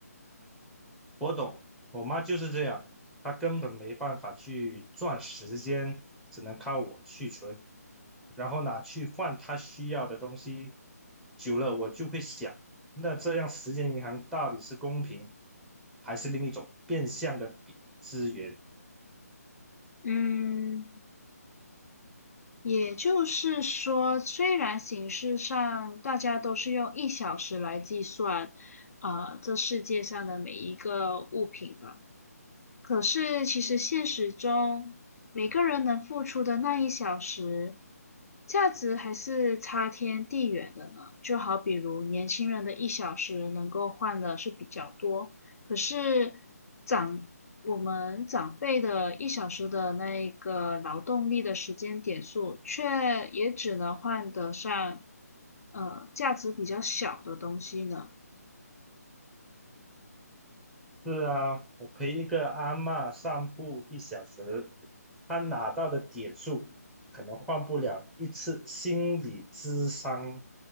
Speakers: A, in the centre; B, on the left (about 60°).
A: 我懂，我妈就是这样，她根本没办法去赚时间，只能靠我去存，然后拿去换她需要的东西。久了，我就会想，那这样时间银行到底是公平，还是另一种变相的比资源？
B: 嗯，也就是说，虽然形式上大家都是用一小时来计算，啊，这世界上的每一个物品吧，可是，其实现实中，每个人能付出的那一小时，价值还是差天地远的呢。就好比如年轻人的一小时能够换的是比较多，可是长我们长辈的一小时的那一个劳动力的时间点数，却也只能换得上呃价值比较小的东西呢。
A: 是啊，我陪一个阿嬷散步一小时，她拿到的点数可能换不了一次心理咨商，